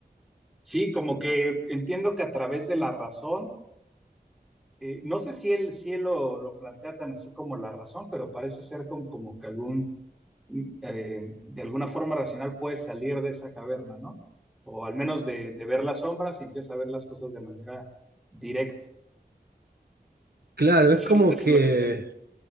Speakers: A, in the centre; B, on the right.
A: Sí, como que entiendo que a través de la razón, eh, no sé si él, si él lo, lo plantea tan así como la razón, pero parece ser con, como que algún, mm, eh, de alguna forma racional puedes salir de esa caverna, ¿no? O al menos de, de ver las sombras y empieza a ver las cosas de manera directa.
B: Claro,
A: Eso,
B: es como
A: es- eso
B: que,
A: es lo que entiendo.